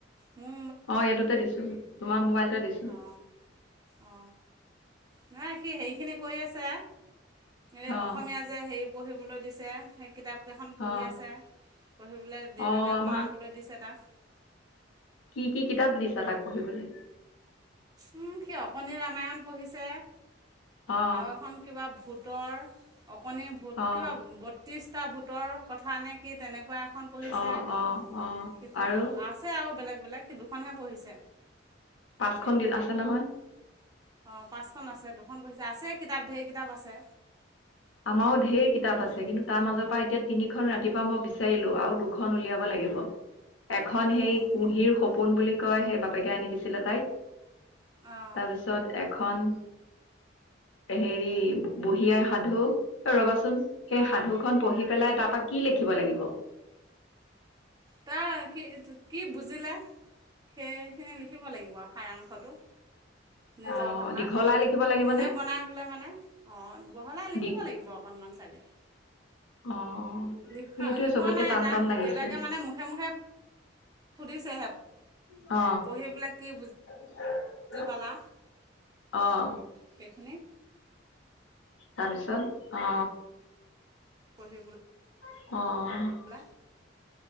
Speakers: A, on the right; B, on the left.
A: মোৰ
B: অ এইটোতে দিছো তোমাৰ মোবাইলতে দিছো
A: অ অ নহয় সি হেৰিখিনি কৰি আছে এই
B: অ
A: অসমীয়া যে হেৰি পঢ়িবলৈ দিছে সেই কিতাপ কেইখন পঢ়ি
B: অ
A: আছে পঢ়ি পেলাই দেউতাকে
B: অ আমাৰ
A: বনাবলৈ দিছে তাক
B: কি কি কিতাপ দিছা তাক পঢ়িবলৈ
A: উ সি অকণিৰ ৰামায়ণ পঢ়িছে
B: অ
A: আৰু এখন কিবা ভূত ভূতৰ অকণি ভূত
B: অ
A: কিবা বত্ৰিছটা ভূতৰ কথা নে কি তেনেকোৱা খন পঢ়িছে
B: অ
A: শিশুসকল
B: অ অ আৰু
A: আছে আৰু বেলেগ বেলেগ সি দুখনহে পঢ়িছে
B: পাঁচখন
A: এতিয়া
B: দি আছে নহয়
A: অঁ পাঁচখন আছে দুখন পঢ়িছে আছে কিতাপ ঢেৰ কিতাপ আছে
B: আমাৰো ঢেৰ কিতাপ
A: তাৰপিছত
B: আছে কিন্তু তা তাৰ মাজৰ পৰা এতিয়া তিনিখন ৰাতিপুৱা মই বিচাৰিলো আৰু দুখন উলিয়াব লাগিব এখন
A: অঁ
B: সেই কুঁহিৰ সপোন বুলি কয় সেই বাপেকে আনি দিছিলে তাইক
A: অঁ
B: তাৰপিছত এখন হেৰি বুঢ়ী আই সাধু এ ৰবাচোন সেই
A: অঁ
B: সাধুখন পঢ়ি পেলাই তাৰপা কি লিখিব লাগিব
A: তাৰ সি কি বুজিলে সেইখিনি লিখিব লাগিব সাৰাং শতো নিজৰ
B: অঁ
A: ভাষাত
B: দীঘল আই লিখিব লাগিবনে
A: নিজে বনাই বোলে মানে অ বহলাই লিখিব
B: দি
A: লাগিব অকণমান চাগে
B: অঁ
A: লিখা
B: সেইটোৱে
A: লিখোৱা
B: চবতকে
A: নাই
B: টান
A: তাক
B: টান লাগিছে
A: দেউতাকে মানে মুখে মুখে সুধিছেহে
B: অ
A: সেইবিলাক কি বু
B: <unintelligible>
A: জি পালা।
B: অ।
A: সেইখিনি
B: তাৰপিছত অ
A: পঢ়িবলে
B: অঁ
A: হলে <unintelligible>